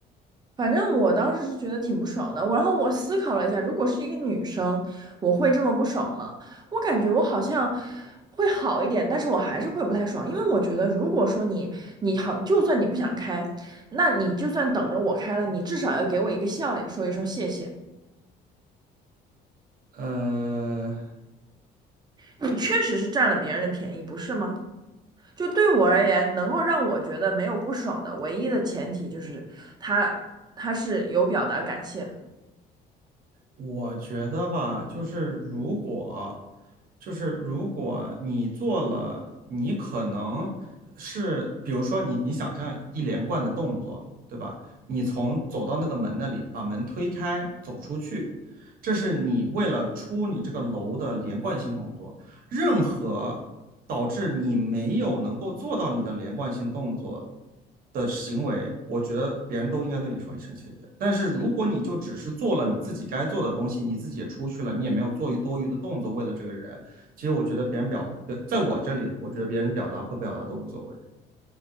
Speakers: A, on the right; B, on the right.
A: 反正我当时是觉得挺不爽的，我然后我思考了一下，如果是一个女生，我会这么不爽吗？我感觉我好像会好一点，但是我还是会不太爽，因为我觉得如果说你你好，就算你不想开，那你就算等着我开了，你至少要给我一个笑脸，说一声谢谢。
B: 呃。
A: 你确实是占了别人的便宜，不是吗？就对我而言，能够让我觉得没有不爽的唯一的前提就是他他是有表达感谢的。
B: 我觉得吧，就是如果，就是如果你做了，你可能是，比如说你你想象一连贯的动作，对吧？你从走到那个门那里，把门推开，走出去，这是你为了出你这个楼的连贯性动作。任何导致你没有能够做到你的连贯性动作的行为，我觉得别人都应该对你说一声谢谢。但是如果你就只是做了你自己该做的东西，你自己也出去了，你也没有做多余的动作为了这个人，其实我觉得别人表，在我这里，我觉得别人表达不表达都无所谓。